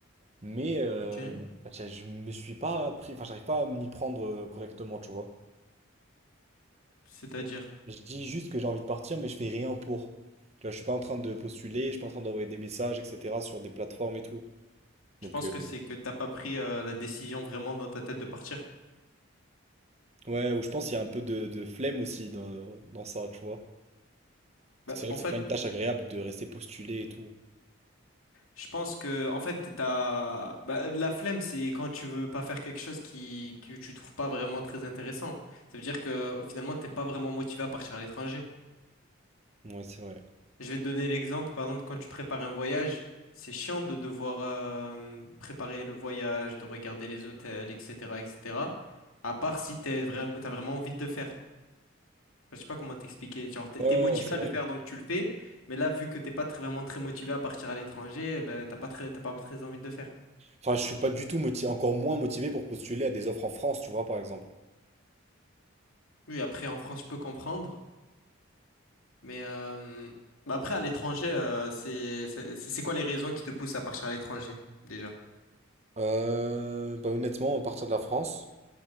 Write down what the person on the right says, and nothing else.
Mais euh,
bah, je je me suis pas pris... Enfin, j'arrive pas à m'y prendre euh, correctement, tu vois.
Je dis juste que j'ai envie de partir, mais je fais rien pour. Tu vois, je suis pas en train de postuler, je suis pas en train d'envoyer des messages, etc. sur des plateformes et tout. Donc,
euh,
ouais, ou je pense qu'il y a un peu de, de flemme aussi dans, dans ça, tu vois.
Parce que c'est vrai
que
c'est pas une tâche agréable de rester postulé et tout.
Ouais, c'est vrai.
Ouais,
ouais,
c'est
vrai.
Enfin, je suis pas du tout motivé, encore moins motivé pour postuler à des offres en France, tu vois, par exemple.
Euh, bah, honnêtement, à partir de la France.